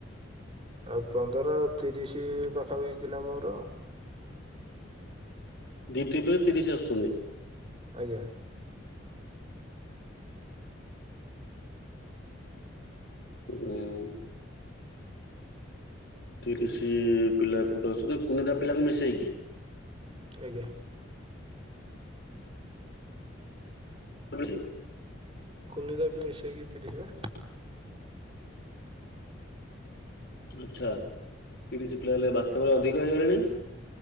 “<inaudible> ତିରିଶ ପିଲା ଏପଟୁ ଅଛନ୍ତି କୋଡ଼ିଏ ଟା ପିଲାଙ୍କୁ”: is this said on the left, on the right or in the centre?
Left